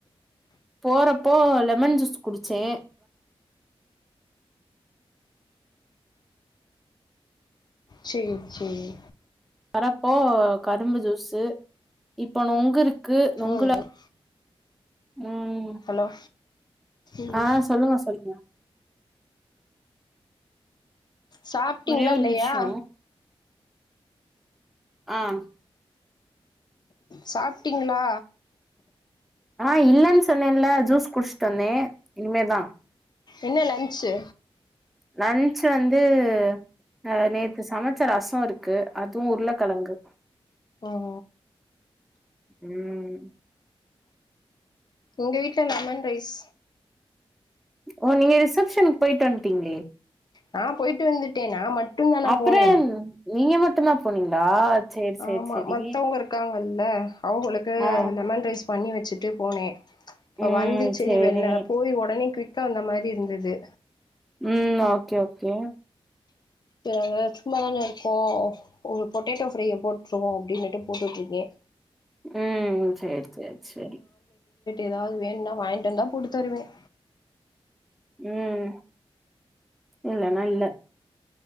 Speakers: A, in the centre; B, on the left.
A: போறப்போ லெமன் ஜூஸ் குடிச்சேன்
B: சேரி சேரி
A: வரப்போ கரும்பு ஜூஸு இப்ப நொங்கு இருக் க்கு நுங்கலா
B: ம் ம்
A: உம்
B: ஹலோ ம்
A: ஆஹ் சொல்லுங்க சொல்லுங்க
B: சாப்பிட்டீங்களா
A: ஒரே ஒரு
B: இல்லையா
A: நிமிஷோ ஆஹ்
B: சாப்பிட்டீங்களா
A: ஆஹ் இல்லன்னு சொன்னேன்ல ஜூஸ் குடுச்சிட்டுவந்தேன் இனிமேதான்
B: என்ன லன்ச்சு
A: லன்ச்சு வந்து அஹ் நேற்று சமைச்ச ரசம் இருக்கு அதுவும் உருளைக்கிழங்கு
B: ஓஓ
A: உம்
B: எங்க வீட்டு்ல லெமன் ரைஸ்
A: ஓ நீங்க ரிசப்ஷனுக்கு போயிட்டு வன்டிங்களே
B: நான் போயிட்டு வந்துட்டேன் நான் மட்டும் தானே
A: அப்புறோ
B: போனேன்
A: நீங்க மட்டும்தான் போனீங்களா சேரி சேரி
B: ஆமா
A: சேரி
B: மத்தவங்க இருக்காங்க ல்ல ஆவங்களுக்கு
A: ஆ
B: லெமன் ரைஸ் பண்ணி வச்சுட்டு போனேன் இப்ப
A: ம்
B: வந்துச்
A: சேரி
B: வெள்ள போய் உடனே குக் இருக்க வந்த மாரி இருந்தது
A: உம் ஓகே ஓகே
B: ங்க சும்மதான இருக்கோம் உ பொட்டேட்டோ ஃப்ரைையை போட்டுருவோம் அப்படின்னுட்டு போட்டுட்டு இருக்கேன்
A: உம் சேரி சேரி சேரி
B: ஏதாவது வேணுனா வாங்கிட்டு வந்தா போட்டு தருவேன்
A: உம் இல்ல நா இல்ல